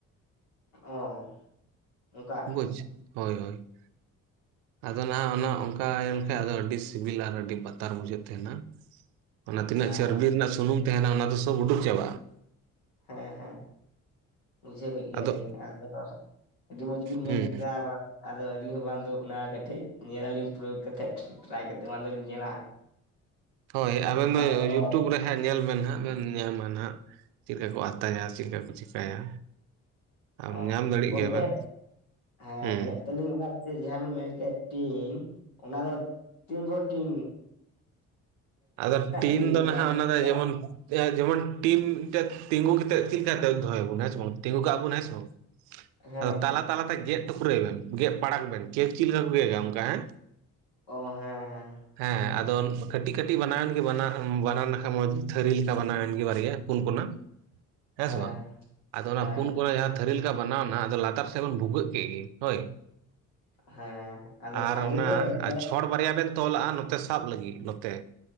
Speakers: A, on the left; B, on the right.
A: ᱚ, ᱚᱱᱠᱟᱼᱼ
B: <unintelligible> ᱦᱳᱭ ᱦᱳᱭ ᱾ ᱟᱫᱚ ᱱᱟᱦᱟᱜ ᱚᱱᱠᱟ ᱦᱩᱭ ᱞᱮᱠᱟᱡ ᱟᱹᱰᱤ ᱥᱤᱵᱤᱞᱟ ᱟᱨ ᱟᱹᱰᱤ ᱵᱟᱛᱟᱨ ᱵᱩᱡᱷᱟᱹᱜ ᱛᱟᱸᱦᱮᱱᱟ ᱾ ᱚᱱᱟ ᱛᱤᱱᱟᱹᱜ
A: ᱟᱨ
B: ᱪᱚᱨᱵᱤ ᱨᱮᱱᱟᱜ ᱥᱩᱱᱩᱢ ᱛᱟᱸᱦᱮᱱᱟ ᱚᱱᱟ ᱫᱚ ᱥᱚᱵᱽ ᱩᱰᱩᱠ ᱪᱟᱵᱟᱜᱼᱟ ᱾
A: ᱦᱮᱸ ᱦᱮᱸ ᱾ ᱵᱩᱡᱷᱟᱹᱣ ᱠᱮᱫ ᱜᱮᱭᱟᱞᱤᱧ
B: ᱟᱫᱚ
A: ᱟᱫᱚ, ᱟᱹᱰᱤ ᱢᱚᱡᱽ ᱵᱤᱱ ᱢᱮᱱ
B: ᱦᱩᱸ
A: ᱠᱮᱫᱟ ᱵᱟᱝ ᱟᱫᱚ ᱟᱹᱞᱤᱧ ᱦᱚᱸ ᱵᱟᱝ ᱫᱚ ᱚᱱᱟ ᱠᱟᱹᱴᱤᱡ ᱧᱮᱞ ᱞᱟᱞᱤᱧ ᱯᱨᱚᱭᱳᱜ ᱠᱟᱛᱮᱫ ᱴᱨᱟᱭ ᱠᱟᱛᱮ ᱫᱚᱞᱤᱧ ᱧᱮᱞᱟ,
B: ᱦᱳᱭ ᱟᱵᱮᱱ
A: ᱦᱟᱸᱜ
B: ᱫᱚ
A: ᱟᱫᱚ
B: ᱤᱭᱩᱴᱩᱵᱽ
A: ᱚ
B: ᱨᱮ ᱦᱮ ᱧᱮᱞ ᱵᱮᱱ ᱦᱟᱸᱜ ᱵᱮᱱ ᱧᱟᱢᱟ ᱱᱟᱦᱸᱜ ᱪᱮᱫ ᱞᱮᱠᱟ ᱠᱚ ᱟᱛᱟᱭᱟ ᱪᱮᱫᱠᱟ ᱠᱚ ᱪᱤᱠᱟᱹᱭᱟ᱾ ᱟᱢ
A: ᱚ
B: ᱧᱟᱢ ᱫᱟᱲᱮᱜ
A: ᱜᱚᱢᱠᱮ
B: ᱜᱮᱭᱟ ᱵᱮᱱ
A: ᱦᱮᱸ,
B: ᱦᱩᱸ
A: ᱢᱮᱱᱮᱫ ᱛᱟᱹᱞᱤᱧ ᱚᱱᱟ ᱡᱟᱦᱟᱸ ᱵᱮᱱ ᱢᱮᱱ ᱠᱮᱫ ᱴᱤᱱ ᱚᱱᱟ ᱫᱚ ᱛᱤᱱ ᱵᱚᱲᱚ ᱴᱤᱝ?
B: ᱟᱫᱚ ᱴᱤᱱ
A: ᱴᱤᱧ
B: ᱫᱚ ᱱᱟᱦᱟᱸᱜ ᱚᱱᱟ ᱫᱚ
A: ᱡᱟᱦᱟᱸ
B: ᱡᱮᱢᱚᱱ ᱡᱮᱢᱚᱱ ᱴᱤᱢ ᱢᱤᱫᱴᱮᱱ ᱛᱤᱸᱜᱩ ᱠᱟᱛᱮᱜ ᱪᱮᱫᱠᱟ ᱫᱚᱦᱚᱭᱟᱵᱚᱱ ᱦᱮᱸ ᱵᱟᱝ ᱛᱤᱸᱜᱩ ᱠᱟᱜ ᱵᱚᱱ ᱦᱮᱸ ᱵᱟᱝ
A: ᱦᱮᱸ
B: ᱟᱫᱚ
A: ᱦᱮᱸ
B: ᱛᱟᱞᱟ ᱛᱟᱞᱟᱛᱮ ᱜᱮᱫ ᱴᱩᱨᱟᱹᱭ ᱵᱮᱱ ᱜᱮᱫ ᱯᱟᱲᱟᱜ ᱵᱮᱱ <unintelligible> ᱚᱱᱠᱟ ᱦᱮᱸ
A: ᱚ ᱦᱮᱸ ᱦᱮᱸ,
B: ᱦᱮᱸ ᱟᱫᱚ ᱠᱟᱹᱴᱤᱡ ᱠᱟᱹᱴᱤᱡ ᱵᱮᱟᱱᱟᱣᱮᱱ ᱜᱮ ᱵᱟᱱᱟᱣ ᱞᱮᱠᱷᱟᱱ ᱢᱚᱡᱽ ᱛᱷᱟᱹᱨᱤ ᱞᱮᱠᱟ ᱵᱮᱟᱱᱟᱣᱮᱱ ᱜᱮ ᱵᱟᱨᱭᱟ ᱯᱩᱱ ᱠᱚᱱᱟ, ᱦᱮᱸᱥᱮ
A: ᱦᱮᱸ
B: ᱵᱟᱝ ᱟᱫᱚ ᱚᱱᱟ
A: ᱦᱮᱸ
B: ᱯᱩᱱ ᱠᱚᱱᱟ ᱡᱟᱦᱟᱸ ᱛᱷᱟᱹᱨᱤ <inaudible> ᱵᱮᱱᱟᱣᱱᱟ ᱟᱫᱚ ᱞᱟᱛᱟᱨ ᱥᱮᱫ ᱵᱚᱱ ᱵᱷᱩᱜᱟᱹᱜ ᱠᱮᱫ ᱜᱮ ᱦᱳᱭ,
A: ᱦᱮᱸ ᱟᱫᱚ
B: ᱟᱨ
A: ᱥᱟᱸᱜᱮ
B: ᱚᱱᱟ
A: ᱜᱮ ᱥᱮ
B: ᱪᱷᱚᱲ ᱵᱟᱨᱭᱟ ᱵᱮᱱ ᱛᱚᱞᱟᱜᱼᱟ ᱱᱚᱛᱮ ᱥᱟᱵ ᱞᱟᱹᱜᱤᱫ ᱱᱚᱛᱮ,